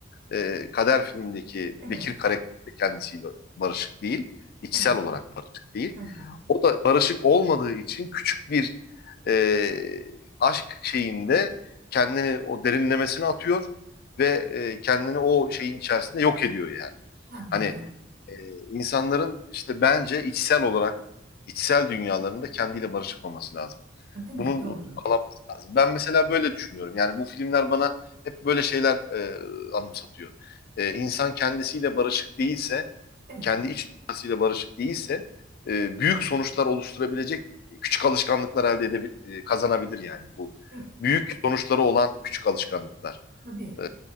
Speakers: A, on the left; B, on the right.
A: e, Kader filmindeki
B: evet,
A: Bekir karakteri de kendisiyle barışık değil. İçsel
B: evet,
A: olarak barışık değil.
B: ha ha,
A: O da barışık olmadığı için küçük bir e, aşk şeyinde kendini o derinlemesine atıyor ve e, kendini o şeyin içerisinde yok ediyor yani.
B: ha
A: Hani
B: ha.
A: e, insanların işte bence içsel olarak içsel dünyalarında kendiyle barışık olması lazım.
B: Değil
A: Bunun
B: mi? Doğru.
A: lazım. Ben mesela böyle düşünüyorum. Yani bu filmler bana hep böyle şeyler e, anımsatıyor. E, insan kendisiyle barışık değilse,
B: Evet,
A: kendi iç dünyasıyla barışık değilse e, büyük sonuçlar oluşturabilecek küçük alışkanlıklar elde edebilir, e, kazanabilir yani bu.
B: evet.
A: Büyük sonuçları olan küçük alışkanlıklar.
B: Tabii
A: E,